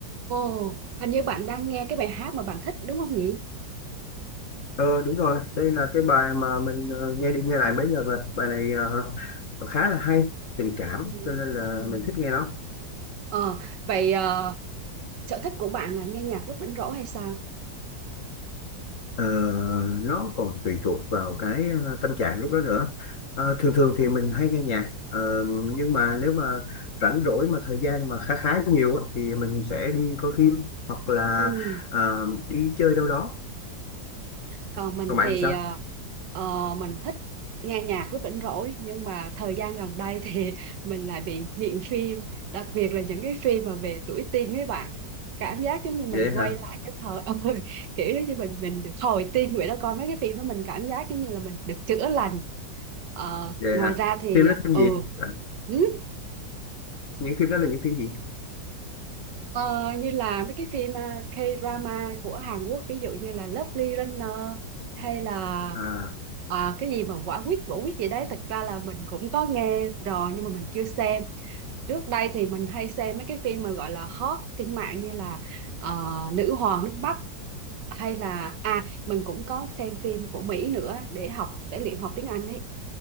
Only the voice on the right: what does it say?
Ồ, hình như bạn đang nghe cái bài hát mà bạn thích đúng không nhỉ?
Ừ.
Ừ.
Ờ, vậy ờ, sở thích của bạn là nghe nhạc lúc rảnh rỗi hay sao?
Ờ.
Ừ.
Còn mình
thì
ờ, ờ, mình thích nghe nhạc lúc rảnh rỗi nhưng mà thời gian gần đây thì <laughs> mình lại bị nghiện phim, đặc biệt là những cái phim mà về tuổi teen với bạn. Cảm giác giống như mình
quay lại cái thời <laughs> ơi, kiểu giống như mình mình được hồi teen vậy đó coi mấy cái phim đó mình cảm giác giống như là mình được chữa lành Ờ,
ngoài
ra thì
ừ
ừ,
ờ, như là mấy cái phim ờ, K-drama của Hàn Quốc ví dụ như là Lovely Runner hay là
ờ, cái gì mà quả quyết quả quyết gì đấy thật ra là mình cũng có nghe rồi nhưng mà mình chưa xem trước đây thì mình hay xem mấy cái phim mà gọi là hot trên mạng như là ờ, Nữ hoàng nước Bắc hay là à mình cũng có xem phim của Mỹ nữa để học để luyện học tiếng Anh ấy